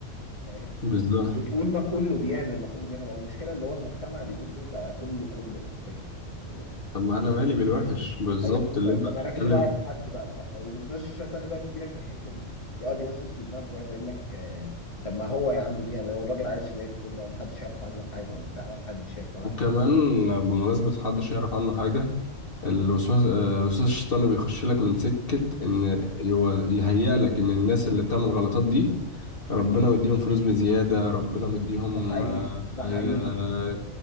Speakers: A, on the left (about 25°); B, on the left (about 40°).
A: فاهم
B: بالظبط
A: بتقول ما كله بيعمل ما كله بيعمل هو المشكله اللي هو المجتمع اليومين دول بقى كله كله حرفيا كله
B: طب ما انا مالي بالوحش بالظبط
A: ايوه
B: اللي
A: فانت
B: انت
A: مالكش
B: بتتكلم
A: دعوه بحد بقى صح والوسواس الشيطاني بقى بيجي لك من الحته دي يقعد يوسوس في دماغك ويقعد يقول لك آه، طب ما هو يا عم بيعمل هو الراجل عايش زي الفل هو محدش يعرف عنه حاجه وبتاع ولا حد شاف ولا
B: وكمان
A: عارف.
B: بمناسبة محدش يعرف عنه حاجة الوسواس آه، الوسواس الشيطاني بيخش لك من سكة إن هو يهيأ لك إن الناس اللي بتعمل الغلطات دي ربنا مديهم فلوس بزيادة ربنا مديهم
A: ده حقيقي
B: آه،
A: ده
B: آه،
A: حقيقي